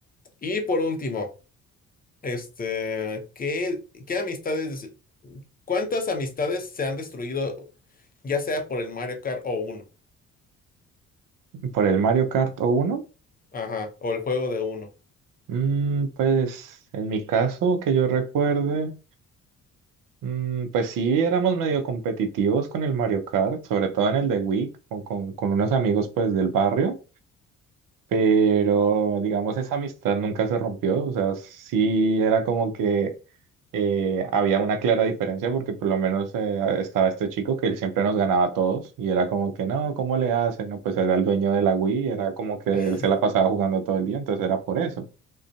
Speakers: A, on the left; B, on the right.
A: y por último, este, ¿qué, qué amistades, cuántas amistades se han destruido, ya sea por el Mario Kart o uno?
B: Por el Mario Kart o uno,
A: Ajá, o el juego de uno.
B: mm, pues en mi caso que yo recuerde, mm, pues sí éramos medio competitivos con el Mario Kart, sobre todo en el de Wii, o con, con unos amigos pues del barrio. Pero, digamos, esa amistad nunca se rompió, o sea, sí era como que eh, había una clara diferencia porque por lo menos eh, estaba este chico que él siempre nos ganaba a todos y era como que, no, ¿cómo le hace? No, pues era el dueño de la Wii, era como que
A: <laughs>
B: él se la pasaba jugando todo el día, entonces era por eso.